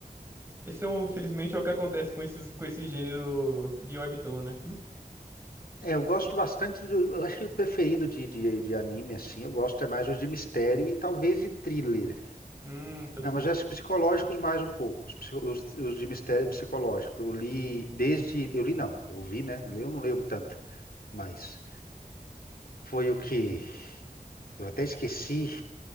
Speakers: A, on the right; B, on the left.
A: Esse é, um, felizmente, é o que acontece com esses, com esse gênero de webtoon, né? <laughs>
B: É, eu gosto bastante do. Eu acho que o preferido de, de, de anime, assim, eu gosto é mais os de mistério e talvez de thriller.
A: Hum, também
B: Não,
A: curto.
B: mas os psicológicos mais um pouco. Os, psico- os- os de mistério é psicológico. Eu li desde. Eu li não, eu vi, né? Li, Eu não leio tanto, mas foi o que. Eu até esqueci.